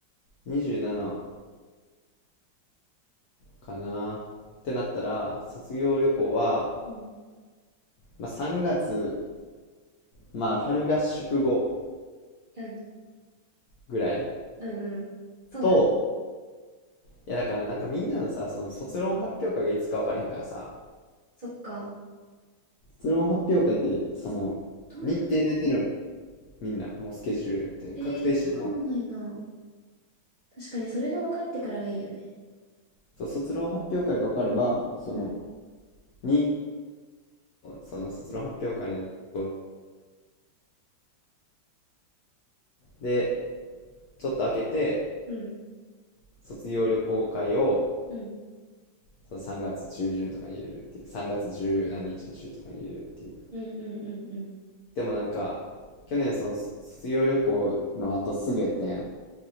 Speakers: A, on the left; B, on the right.
A: 27かなってなったら、卒業旅行は、
B: うん。
A: まあ3月、まあ春合宿後
B: うん。
A: ぐらい
B: うん。うん。そうだね。
A: と、いやだからなんかみんなのさ、その卒論発表会がいつか分からへんからさ、
B: うんそっか。
A: 卒論発表会って、その、
B: そん、どんだ
A: 日程出てるんみんなもうスケジュールっていう確定してるもん
B: ええー、わかんないな。確かにそれが分かってからがいいよね。
A: そう卒論発表会が分かればその
B: うん、
A: にその卒論発表会のでちょっと開けて
B: うん、
A: 卒業旅行会を
B: うん、
A: その3月中旬とかに入れるっていう3月十何日の週とかに入れるっていう
B: うん、うん、うん。うん
A: でもなんか去年その卒業旅行の後すぐやったやん